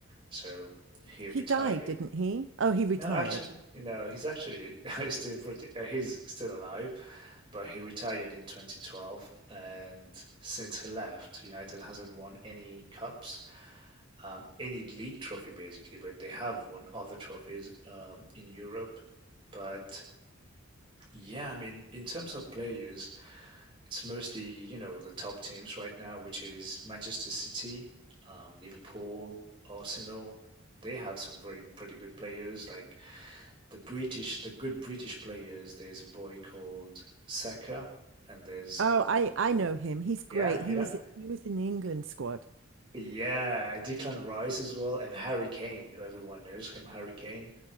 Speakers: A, on the right (about 25°); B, on the right (about 65°).
A: So he
B: He
A: retired.
B: died, didn't he? Oh, he retired.
A: No, actually, you know, he's actually <laughs> he's still pretty, uh, he's still alive, but he retired in 2012, and since he left, United hasn't won any cups, um, any league trophy basically, but they have won other trophies um, in Europe. But yeah, I mean, in terms of players, it's mostly, you know, the top teams right now, which is Manchester City, um, Liverpool, Arsenal. They have some very pretty good players, like the British, the good British players. There's a boy called Saka, and there's
B: Oh,
A: another
B: I
A: one
B: I
A: called,
B: know him. He's great.
A: yeah, you
B: He
A: know,
B: was he was in the England squad.
A: yeah, Declan Rice as well, and Harry Kane. Everyone knows him, Harry Kane.